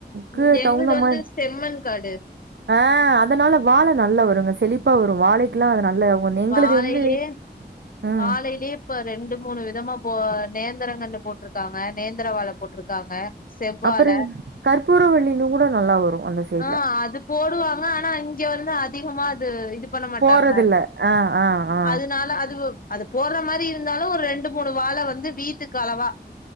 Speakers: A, on the right; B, on the left.
A: க்கு
B: இங்க எங்கள்டு
A: தகுந்த
B: வந்து
A: மாரி
B: செம்மண் காடு
A: ஆ அதனால வாழ நல்லா வருங்க செழிப்பா வரு வாழைக்கெல்லா அது நல்ல எங்களுது
B: வாழைலே
A: வந்து ம்
B: வாழைலே இப்ப ரெண்டு மூணு விதமா போ நேந்தரங்கன்று போட்ருக்காங்க நேந்தர வாழ போட்ருக்காங்க. செவ்வாழ
A: அப்பறய் கற்பூர வள்ளி னூட நல்லா வரு அந்த சைட்ல
B: ஆ அது போடுவாங்க ஆனா இங்க வந்து அதிகமா அது இது பண்ண மாட்டாங்க
A: போறதில்ல ஆ ஆ ஆ
B: அதனால அது அது போட்ற மாரி இருந்தாலு ஒரு ரெண்டு மூணு வாழ வந்து வீட்டுக்கு அளவா